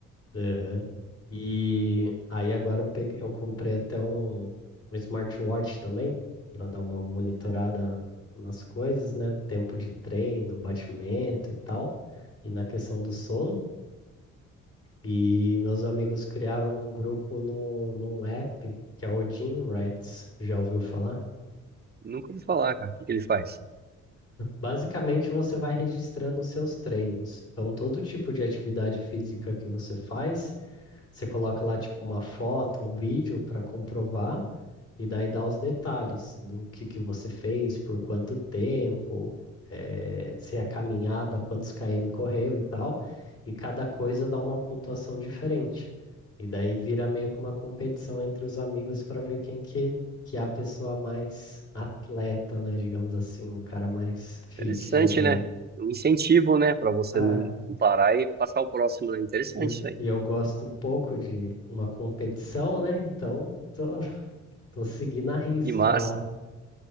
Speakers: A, on the left; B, on the right.
A: Aham. E aí agora eu peguei, eu comprei até um, um smartwatch também, para dar uma monitorada na- nas coisas, né? Tempo de treino, batimento e tal, e na questão do sono. E meus amigos criaram um grupo no, num app que é o Gym Rats. Já ouviu falar?
B: Nunca ouvi falar, cara. O que que ele faz?
A: Basicamente, você vai registrando os seus treinos. Então, todo tipo de atividade física que você faz, você coloca lá, tipo, uma foto, um vídeo para comprovar. E daí dá os detalhes do que que você fez, por quanto tempo, eh, se é caminhada, quantos km correu e tal. E cada coisa dá uma pontuação diferente. E daí vira meio que uma competição entre os amigos para ver quem que, que é a pessoa mais atleta, né? Digamos assim, o cara mais fitness
B: Interessante,
A: aí.
B: né? Um incentivo, né? Pra você
A: Ah,
B: não não parar e passar o próximo, né? Interessante
A: e, eu-
B: isso aí.
A: e eu gosto pouco de uma competição, né? Então, tô, tô seguindo a risca
B: Que massa.
A: lá